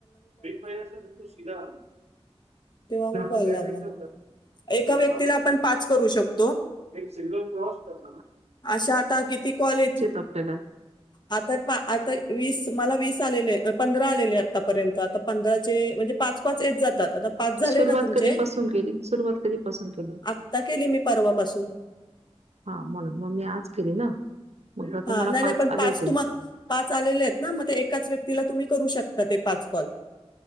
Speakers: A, on the right (about 75°); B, on the left (about 40°).
A: सधा
B: तेव्हा मग कॉल
A: हडल
B: लावला एका व्यक्तीला
A: राट
B: आपण पाच करू शकतो
A: एक सिग्नल क्रॉस कर
B: अशा आता किती कॉल ये
A: आपल्याला?
B: आता आता वीस मला वीस आलेले पंधरा आलेले आतापर्यंत. आता पंधरा ते म्हणजे पाच पाच येत जातात. आता पाच झाले
A: सुरुवात
B: ना तुमचे?
A: कधीपासून केली? सुरुवात कधीपासून केली?
B: आत्ता केले मी परवापासून.
A: हा म्हणून. मग मी आज केली ना. मग आता
B: हा.
A: मला
B: नाही नाही.. पण
A: आले
B: पाच
A: होते.
B: तुम्हा पाच आलेलेत ना. मग ते एकाच व्यक्तीला तुम्ही करू शकता ते पाच कॉल